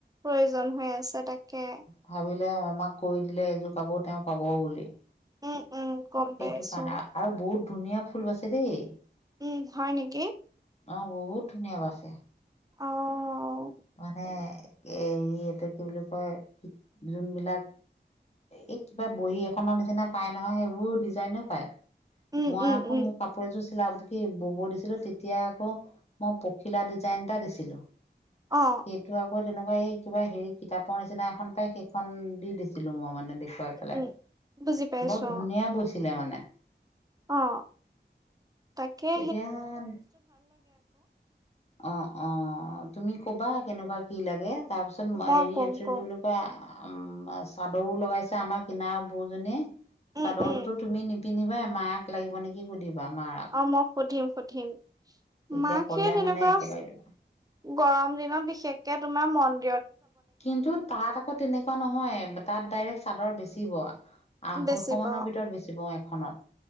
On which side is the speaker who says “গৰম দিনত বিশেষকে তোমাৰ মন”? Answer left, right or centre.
Right